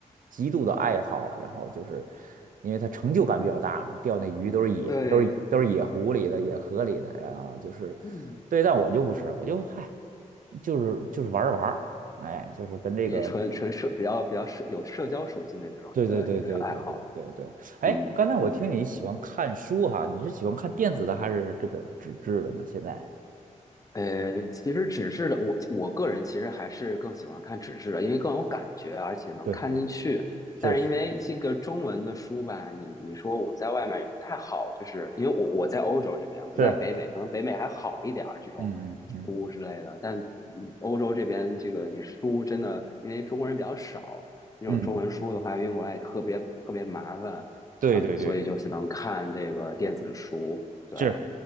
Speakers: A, on the right (about 85°); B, on the left (about 25°).
A: 极度的爱好，然后就是因为他成就感比较大嘛钓那鱼都是野都是都是野湖里的野河里的，
B: 对，
A: 然后就是
B: 嗯，
A: 对，但我就不是，我就嗨，就是就是玩儿玩儿，哎，就是跟这个。
B: 一个纯纯社比较比较社有社交属性的这种一个一个爱好，
A: 对对对对对对对对，哎，
B: 嗯嗯。
A: 刚才我听你喜欢看书哈，你是喜欢看电子的还是这个纸质的呢？现在？
B: 呃，其实纸质的，我我个人其实还是更喜欢看纸质的，因为更有感觉，而且能看进去。
A: 对，是是
B: 但是因为这个中文的书吧，你你说我们在外面也不太好，就是因为我我在欧洲这边，不在北美，
A: 是，
B: 可能北美还好一点儿这种
A: 嗯嗯嗯
B: 书之类的，但嗯欧洲这边这个你书真的，因为中国人比较少，那种中文书的话运过来也特别特别麻烦，
A: 嗯，对对对对，
B: 嗯，所以就只能看这个电子书，对。
A: 是。